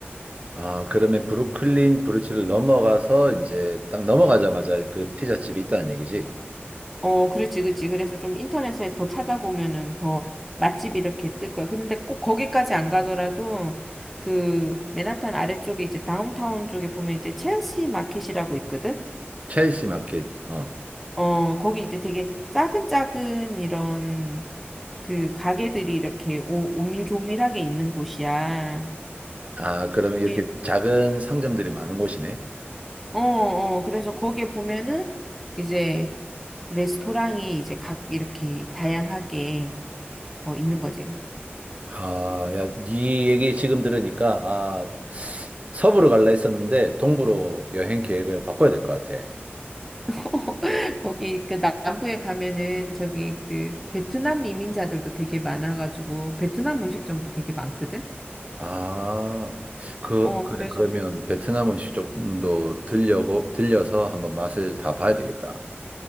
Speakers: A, on the right; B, in the centre.
A: 아 그러면 브루클린 브루지를 넘어가서 이제 딱 넘어가자마자 그 피자집이 있다는 얘기지?
B: 어, 그렇지, 그렇지. 그래서 좀 인터넷에 더 찾아보면은 더 맛집 이렇게 뜰 거야. 근데 꼭 거기까지 안 가더라도 그 맨하탄 아래쪽에 이제 다운타운 쪽에 보면 이제 첼시 마켓이라고 있거든.
A: 첼시 마켓. 어.
B: 어, 거기 이제 되게 작은 작은 이런 그 가게들이 이렇게 오, 오밀조밀하게 있는 곳이야.
A: 아 그러면 이렇게
B: 예.
A: 작은 상점들이 많은 곳이네.
B: 어, 어, 그래서 거기에 보면은 이제 레스토랑이 이제 각 이렇게 다양하게 어, 있는 거지.
A: 아, 야, 네 얘기 지금 들으니까, 아, 서부로 갈라 했었는데, 동부로 여행 계획을 바꿔야 될 것 같아.
B: <laughs> 거기 그 남부에 가면은 저기 그 베트남 이민자들도 되게 많아가지고 베트남 음식점도 되게 많거든.
A: 아, 그,
B: 어,
A: 그래.
B: 그래서
A: 그러면
B: 베-
A: 베트남 음식점도 들려고, 들려서 한번 맛을 다 봐야 되겠다.